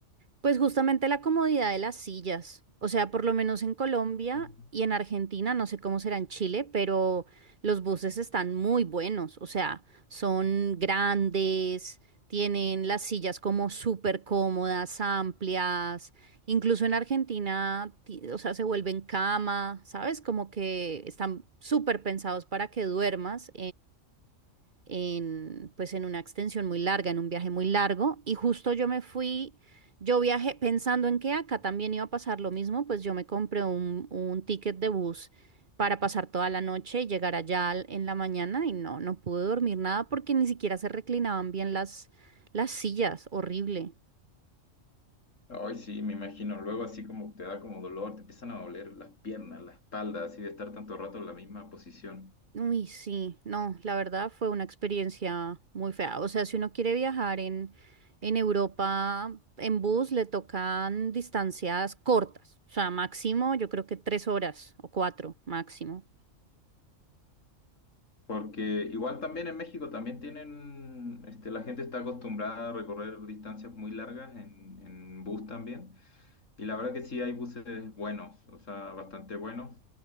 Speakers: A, on the right; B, on the left.
A: Pues justamente la comodidad de las sillas, o sea, por lo menos en Colombia
B: Mm.
A: y en Argentina, no sé cómo será en Chile, pero los buses están muy buenos, o sea, son grandes, tienen las sillas como súper cómodas, amplias, incluso en Argentina, ti- o sea, se vuelven cama, ¿sabes? Como que están súper pensados para que duermas en, pues en una extensión muy larga, en un viaje muy largo, y justo yo me fui, yo viajé pensando en que ah, acá también iba a pasar lo mismo, pues yo me compré un, un ticket de bus para pasar toda la noche y llegar allá al- en la mañana y no, no pude dormir nada porque ni siquiera se reclinaban bien las, las sillas, horrible.
B: Ay, sí, me imagino. Luego así como te da como dolor, te empiezan a doler las piernas, la espalda, así de estar tanto rato en la misma posición.
A: Uy, sí, no, la verdad fue una experiencia muy fea. O sea, si uno quiere viajar en, en Europa en bus, le tocan distancias cortas. O sea, máximo yo creo que tres horas o cuatro máximo.
B: Porque igual también en México también tienen, este, la gente está acostumbrada a recorrer distancias muy largas en, en bus también. Y la verdad que sí hay buses buenos, o sea, bastante buenos.